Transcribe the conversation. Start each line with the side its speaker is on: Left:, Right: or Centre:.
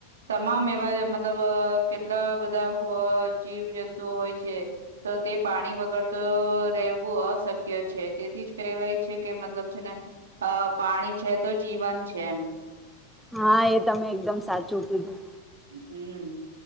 Right: તમામ એ <unintelligible> મતલબ કેટલા બ ધા હોય જીવ જંતુ હોય છે, તો તે પાણી વગર તો રહેવું અસ ક્ય છે, તેથી જ કહેવાય છે, કે મતલબ છે, ને અ પાણી છે, તો જીવન છે એમ
Centre: હા એ તમે એકદમ સાચું કીધું
Right: <inaudible>